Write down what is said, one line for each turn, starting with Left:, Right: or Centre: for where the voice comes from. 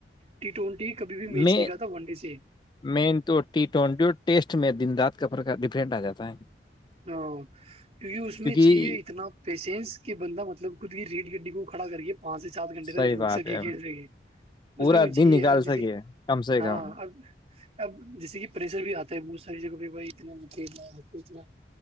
Right: ٹی ٹوینٹی کبھی بھی میچ
Left: میں
Right: نکالتا ون ڈے سے
Left: مین تو ٹی ٹوینٹی اور ٹیسٹ میں دن رات کا پر کا ڈفرینٹ آ جاتا ہے
Right: ہاں کیونکہ اس میں
Left: کیونکہ
Right: چاہیے اتنا پیشنس کہ بندہ مطلب خود کی ری گڈی کو کھڑا کے پانچ سے سات گھنٹے تک
Left: صحیح
Right: رک
Left: بات
Right: سکے
Left: ہے
Right: کھیل سے اس
Left: پورا
Right: میں چاہیے
Left: دن نکال
Right: اب جیسے
Left: سکے کم سے
Right: ہاں
Left: کم
Right: اب اب جیسے کہ پریشر بھی آتا ہے بہت ساری جگہ پہ بھائی اتنا کھیلنا ہے اتنا